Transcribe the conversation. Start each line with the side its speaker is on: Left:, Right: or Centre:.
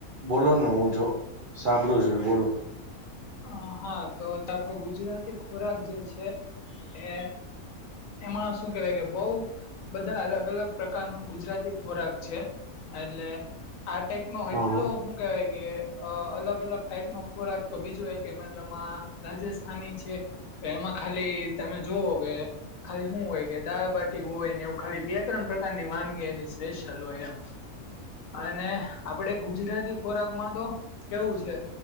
Right: બોલોને હું જો સાંભળું છું બોલો.
Left: હ હા તો આપણો ગુજરાતી ખોરાક જે છે. એ એમાં શું કેવા કે બ બધા અલગ અલગ પ્રકાર ન ગુજરાતી ખોરાક છે એટલે આ ટાઈપનોો
Right: હમ
Left: એટલો શું કેહેવાય કે અ અલગ અલગ ટાઈપનોો ખોરાક બીજું એક મતલમાં રાજસ્થાની છે તો એમાં ખાલી તમે જોુવઓ કે. ખાલી શું હોય કે દાળબાટી હોય ને એવું ખાલી બે ત્રણ પ્રકારની વાનગીની સ્પેશિયલ હોય. એમ
Right: હ.
Left: અને આપડે ગુજરાતી ખોરાક માં તો કેવું છે,